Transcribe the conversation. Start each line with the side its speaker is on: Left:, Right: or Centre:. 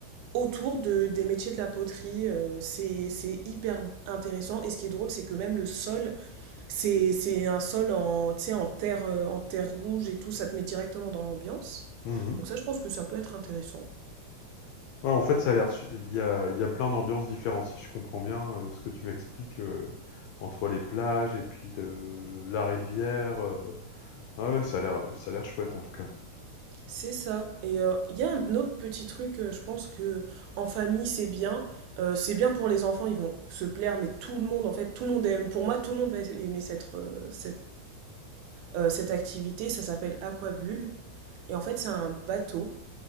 Right: autour de, des métiers de la poterie. euh, c'est, c'est hyper intéressant. Et ce qui est drôle, c'est que même le sol c'est, c'est un sol en, tu sais, en terre, euh, en terre rouge et tout, ça te met directement dans l'ambiance.
Left: Mhm.
Right: Donc ça, je pense que ça peut être intéressant.
Left: Ouais, en fait, ça a l'air. su- Il y a, il y a plein d'ambiances différentes, si je comprends bien euh, ce que tu m'expliques euh, entre les plages et puis le- la rivière. euh. Ah ouais, ça a l'air, ça a l'air chouette en tout cas.
Right: C'est ça. Et euh, il y a un autre petit truc, euh, je pense que en famille, c'est bien. Euh, c'est bien pour les enfants, ils vont se plaire, mais tout le monde, en fait, tout le monde aime. Pour moi, tout le monde va aimer cette, euh, cette, euh, cette activité. Ça s'appelle Aquabulle. Et en fait, c'est un bateau